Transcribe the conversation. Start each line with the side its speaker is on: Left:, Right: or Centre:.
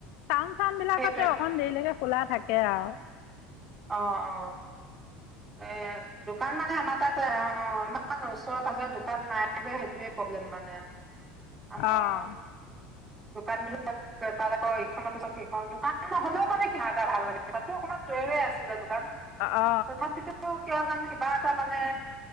Left: টাউন-চাউন বিলাকতে
Right: সেইটোৱে
Left: অকণ দেৰিলৈকে খোলা থাকে। সেয়াও।
Right: অ-অ এ দোকান মানে আমাৰ তা অ-অ ইমান ওচৰে পাজৰে দোকান নাই যে সেইটোয়ে প্ৰব্লেম মানে। মানুহ
Left: অহ
Right: দোকান বিলাক তাত আকৌ ইখনৰ পিছত সেইখন দোকান নহলেও মানে কিবা এটা ভাল লাগে, তাতো অকমান দুৰে-দূৰে আছিলে দোকান।
Left: অ অ অ
Right: তথাপিতো কিয় জানো কিবা এটা মানে